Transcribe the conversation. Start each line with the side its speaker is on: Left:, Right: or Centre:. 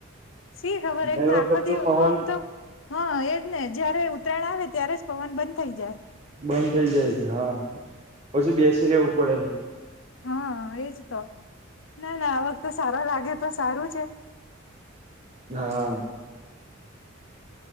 Left: સી ખબર
Right: ગઈ
Left: એક તો
Right: વખત
Left: આખો દિવ અ
Right: પવન
Left: અમ તો હા એજ ને જયારે ઉત્તરાયણ આવે ત્યારે જ પવન બંધ થઈ જાય.
Right: બંધ થઈ જાય છે હા પછી બેસી રેવું પડે છે.
Left: હા એજ તો ના ના આ વખતે તો સારો લાગે તો સારું છે.
Right: હા